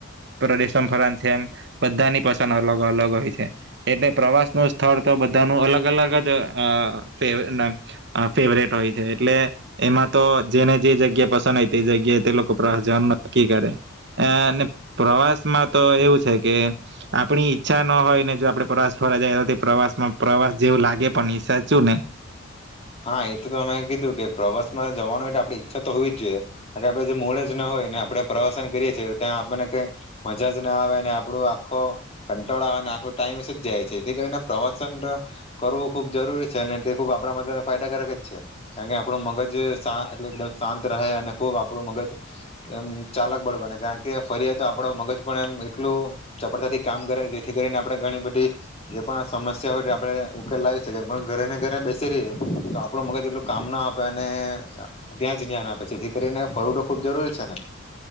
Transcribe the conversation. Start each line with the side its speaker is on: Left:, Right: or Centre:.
Right: પ્રદેશમાં ફરવાની છે, એમ બધાની પસંદ અલગ અલગ હોય છે, એટલે પ્રવાસનું સ્થળ તો બધાનું અલગ અલગ જ આ ફેર ના આ ફેવરેટ હોય છે, એટલે એમાં તો જેને જે જગ્યા પસંદ હોય તે જગ્યાએ તે લોકો પ્રવાસ જવાનું નક્કી કરે આ ને પ્રવાસ માં તો એવું છે, કે આપણી ઈચ્છા ન હોય ને જો આપણે પ્રવાસ ફરવા જાય પ્રવાસમાં પ્રવાસ જેવું લાગે પણ નહી સાચું ને.
Left: હા એ તો તમે કીધું કે પ્રવાસ માં જવાનું આપણી ઈચ્છા તો હોવી જ જોઈએ અને આપડે જે મૂળે જ ના હોય, ને આપડે પ્રવાસન કરીએ છીએ, ત્યાં આપણને કઈ મજા જ ના આવેને આપણું આખું કંટાળો આવે ને આખો ટાઈમ <unintelligible> જાય છે, તે કરીને પ્રવાસન કરવું ખૂબ જરૂરી છે અને તે ખૂબ આપણા માટે પ્રગટ છે, કારણકે આપણું મગજ સા એટલે એકદમ શાંત રહે અને ખુબ આપણું મગજ આમ ચાલક બળ બને કારણ કે ફરીએ તો આપડ મગજ પણ એમ એટલું ચપડતાથી કામ કરે જેથી કરીને આપણે ઘણી બધી જે પણ સમસ્યા હોય આપણે ઉકેલ લાવી શકીએ પણ ઘરે ને ઘરે બેસી રહીએ તો આપણું મગજ એટલું કામ ના આપે અને ત્યાં જ એની <unintelligible> કરીને ફરવુ તો ખૂબ જરૂરી છે ને.